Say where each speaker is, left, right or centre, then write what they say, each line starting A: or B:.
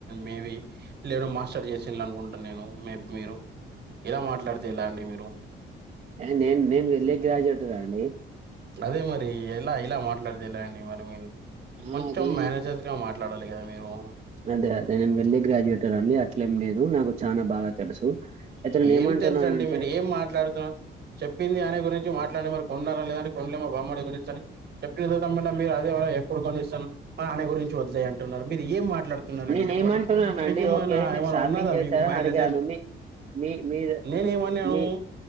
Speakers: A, on the right; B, on the right.
A: మేబి లేను మాస్టర్ చేసి అనుకుంటాను నేను మ మీరు ఇలా మాట్లాడితే ఎలా అండి మీరు
B: ఏ నేను నేను ఎల్ ఏ గ్రాడ్యుయేటర్ అండి
A: అదే మరి ఇలా ఇలా మాట్లాడితేలాండి మరి
B: ఆ
A: కొంచెం
B: అది
A: మేనేజర్స్గా మాట్లాడాలి కదా మీరు
B: అదే అదే నేను వెళ్ళి గ్రాడ్యుయేటర్ అండి అట్లేం లేదు నాకు చానా బాగా తెలుసు అయితే నేను ఏమంటున్నానంటే
A: ఏం తెలుస అండి మీరు ఏం మాట్లాడుతున్నారు చెప్పింది అనే గురించి మాట్లాడిన మరి కొన్నారా లేదని కొనలేమో బామ్మడి కొనిస్తాని చెప్పినత మీరు మళ్ళ ఎప్పుడు కొనిస్తారూ ఆయన గురించి వదిలేయి అంటున్నారు మీరు ఏం మాట్లాడుతున్నారండి
B: నేను
A: చెప్పండి
B: ఏమంటున్నానండి
A: మీకు ఏమైనా
B: ఓకే మీరు
A: ఏమైన్నా
B: షాపింగ్
A: ఉన్నాదా
B: చేశారని
A: మీకు ఉన్నదా మైండ్
B: అడిగాను
A: అసలు
B: మీ మీ మీ
A: నేను ఏ మన్యాను
B: మీ